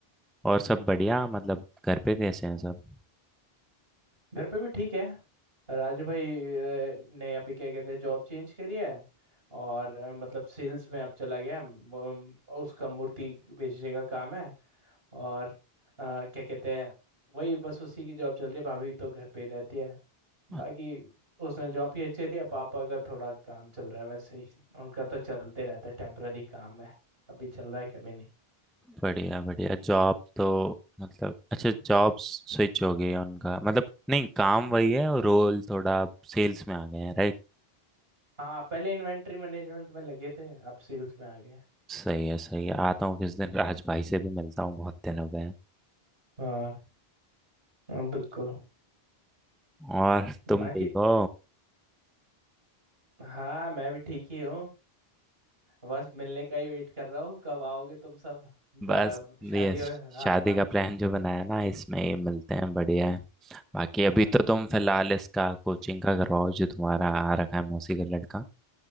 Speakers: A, in the centre; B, on the right.
A: और सब बढ़िया मतलब घर पे कैसे हैं सब
B: घर पे भी ठीक है राजू भाई अ, ने अभी क्या कहते हैं जॉब चेंज करी है और अ, मतलब सेल्स में अब चला गया है। वो- उसका मूर्ति बेचने का काम है और अ, क्या कहते हैं वही बस उसी की जॉब चल रही है भाभी तो घर पे ही रहती है
A: अच्छा,
B: बाकी उसने जॉब की अच्छी थी पापा का थोड़ा काम चल रहा है वैसे ही उनका तो चलते रहता है टेम्पररी काम है कभी चल रहा है कभी नहीं
A: बढ़िया बढ़िया जॉब तो मतलब अच्छा जॉब स्विच हो गई है उनका मतलब नहीं काम
B: <laughs>
A: वही है और रोल थोड़ा सेल्स में आ गए हैं राइट
B: हाँ पहले इन्वेंट्री मैनेजमेंट में लगे थे अब सेल्स में आ गए
A: सही है सही है आता हूँ किस दिन राज भाई से भी मिलता हूँ बहुत दिन हो गए हैं
B: हाँ हाँ, बिल्कुल
A: और तुम
B: बाकी
A: ठीक हो
B: हाँ मैं भी ठीक ही हूँ बस मिलने का ही वेट कर रहा हूँ कब आओगे तुम सब बा-
A: बस
B: शादी
A: ये शादी
B: हाँ हाँ
A: का प्लान जो बनाया ना इसमें ये मिलते हैं बढ़िया है बाकी
B: हाँ
A: अभी तो तुम फिलहाल इसका कोचिंग का करवाओ जो तुम्हारा आ रखा है मौसी का लड़का